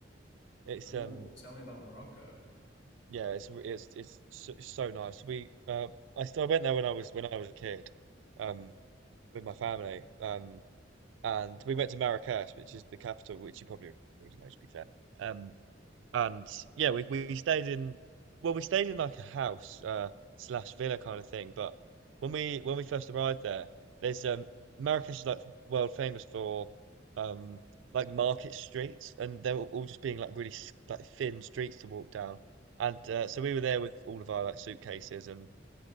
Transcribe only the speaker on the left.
Oh,
tell me about Morocco.